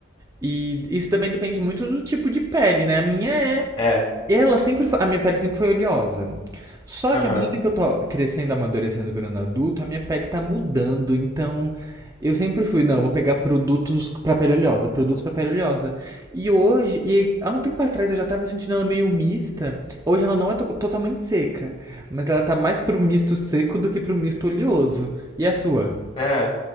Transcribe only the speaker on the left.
É,
aham,
é.